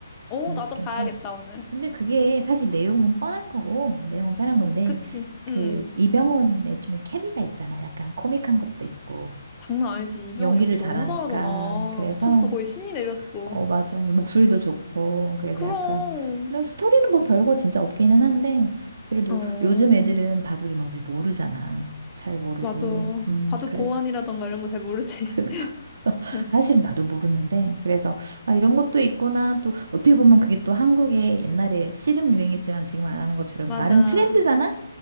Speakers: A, on the left; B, on the right.
A: 어,
B: 응,
A: 나도
B: 괜찮았어.
A: 봐야겠다, 오늘.
B: 근데 그게 사실 내용은 뻔한 거고, 내용은 뻔한 건데,
A: 그치?
B: 그,
A: 응. 응.
B: 이병헌의 좀 케미가 있잖아. 약간 코믹한 것도 있고,
A: 장난 아니지. 이병헌
B: 연기를
A: 연기
B: 잘하니까.
A: 너무 잘하잖아.
B: 그래서,
A: 미쳤어. 거의 신이 내렸어.
B: 어, 맞아. 목소리도 좋고, 그래서
A: 그럼.
B: 약간, 근데 스토리는 뭐 별거 진짜 없기는 한데, 그래도
A: 어,
B: 요즘 애들은 바둑이 뭔지 모르잖아. 잘 모르고.
A: 맞아.
B: 음,
A: 바둑
B: 그래.
A: 고환이라던가 이런 거 잘 모르지.
B: 그,
A: <laughs> 응,
B: 사실 나도 모르는데 그래서 아 이런 것도 있구나 또 어떻게 보면 그게 또 한국에 옛날에 씨름 유행했지만 지금 안 하는 것처럼
A: 맞아.
B: 나름 트렌드잖아?